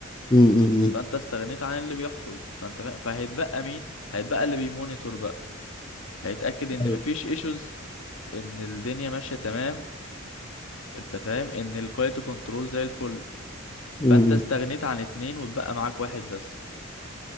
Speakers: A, on the left; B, on the left.
A: امم أمم.
B: فانت استغنيت عن اللي بيحصد فانت فاهم فهيتبقى مين هيتبقى اللي بيمونيتور بقى هيتاكد ان
A: ايوه
B: مفيش ايشوز ان الدنيا ماشيه تمام انت فاهم ان الكواليتي كنترول زي الفل
A: امم
B: فانت مم. استغنيت عن اتنين واتبقى معاك واحد بس